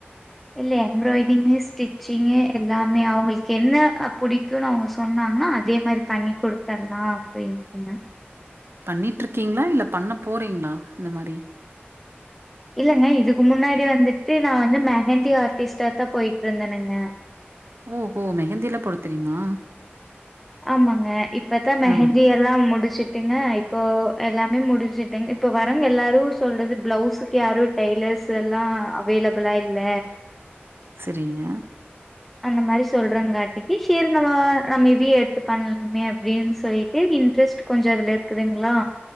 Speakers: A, in the centre; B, on the right.
A: இல்ல எம்ப்ராய்டிங்கு ஸ்டிச்சிங்கு எல்லாமே அவுங்களுக்கு என்ன புடிக்குன்னு அவுங்க சொன்னாங்கன்னா இதே மாரி பண்ணி குடுத்தர்லான் அப்டின்ட்டுந்த
B: பண்ணிட்டு இருக்கீங்ளா இல்ல பண்ண போறீங்ளா இந்த மாரி
A: இல்லங்க இதுக்கு முன்னாடி வந்துட்டு நா வந்து மெஹந்தி ஆர்ட்டிஸ்ட்டாதா போயிட்டு இருந்தனுங்க
B: ஓ ஹோ மெஹந்தி எல்லா போடத்தெரிமா
A: ஆமாங்க இப்பத்தா மெஹந்தி
B: ஆ
A: எல்லா முடிச்சுட் என்ன இப்போ எல்லாமே முடிஞ்சுட்டங் இப்ப வரவுங்க எல்லாரு சொல்றது பிளவுஸுக்கு யாரு டெய்லர்ஸ் எல்லா அவைலபிளா இல்ல
B: செரிங்க
A: அந்த மாரி சொல்றாங்க அட்டிக்கு சேரி நம்ம நம்ம இதேயே எடு த்து பண்ணலுமே அப்டின்னு சொல்லிட்டு இன்ட்ரெஸ்ட் கொஞ்சோ இதுல இருக்குதுங்களா